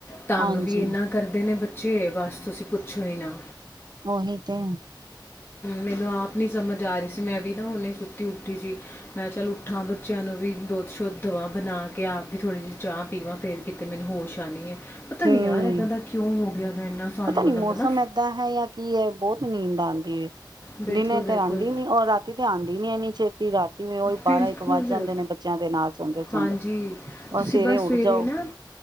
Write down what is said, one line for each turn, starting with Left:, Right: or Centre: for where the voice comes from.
Left: ਤੰਗ
Right: ਹਾਂਜੀ,
Left: ਵੀ ਇੰਨਾ ਕਰਦੇ ਨੇ ਬ ਜੇ ਬਸ ਤੁਸੀਂ ਪੁੱਛੋ ਹੀ ਨਾ
Right: ਉਹੀ ਤੇ
Left: ਮੈਨੂੰ ਆਪ ਨੀ ਸਮਝ ਆ ਰਹੀ ਸੀ ਮੈਂ ਵੀ ਨਾ ਹੁਣੇ ਸੁੱਤੀ ਉੱਠੀ ਸੀ। ਮੈਂ ਚੱਲ ਉੱਠਾਂ ਬੱਚਿਆਂ ਨੂੰ ਵੀ ਦੁੱਧ ਸ਼ੁੱਧ ਦਵਾ ਬਣਾ ਕੇ ਆਪ ਵੀ ਥੋੜ੍ਹੀ ਜਿਹੀ ਚਾਹ ਪੀਵਾਂ ਫਿਰ ਕਿਤੇ ਮੈਨੂੰ ਹੋਸ਼ ਆਣੀ ਐ। ਪਤਾ
Right: ਹੂੰ।
Left: ਨੀ ਯਾਰ ਇੱਦਾਂ ਦਾ ਕਿਉਂ ਹੋ ਗਿਆ ਇੰਨਾ ਸਾਨੂੰ
Right: ਪਤਾ
Left: ਮਤਲਬ
Right: ਨੀ ਮੌਸਮ
Left: ਨਾ
Right: ਏਦਾਂ ਹੈ ਜਾਂ ਕੀ ਹੈ ਬਹੁਤ ਨੀਂਦ ਆਂਦੀ ਐ।
Left: ਬਿਲਕੁਲ
Right: ਦਿਨੇ
Left: ਬਿਲਕੁਲ
Right: ਤੇ ਆਂਦੀ ਨੀ ਉਹ ਰਾਤੀ ਤੇ ਆਂਦੀ ਨੀ ਇੰਨੀ ਚਿਰ ਤੇ ਰਾਤੀ ਨੂੰ ਉਹੀ ਬਾਰਾਂ
Left: ਬਿਲਕੁਲ
Right: ਇੱਕ ਵੱਜ ਜਾਂਦੇ ਨੇ ਬੱਚਿਆਂ ਦੇ ਨਾਲ ਸੌਂਦੇ ਸੌਂਦੇ
Left: ਹਾਂਜੀ ਤੁਸੀਂ
Right: ਸਵੇਰੇ
Left: ਬਸ
Right: ਉੱਠ ਜਾਓ।
Left: ਨਾ